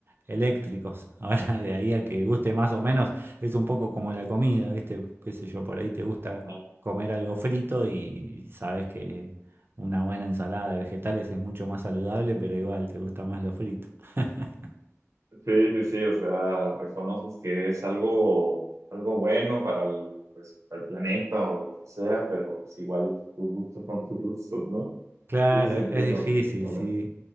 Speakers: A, on the right; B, on the right.
A: eléctricos. <laughs> Ahora, de ahí a que guste más o menos, es un poco como la comida, ¿viste? Qué sé yo, por ahí te gusta
B: Ajá.
A: comer algo frito y sabes que una buena ensalada de vegetales es mucho más saludable, pero igual te gusta más lo frito. <laughs>
B: Sí, sí, sí, o sea, reconoces que es algo, algo bueno para el, pues, para el planeta o lo que sea, pero pues igual tus gustos son tus gustos, ¿no?
A: Claro,
B: Y sí entiendo
A: es difícil,
B: completamente.
A: sí.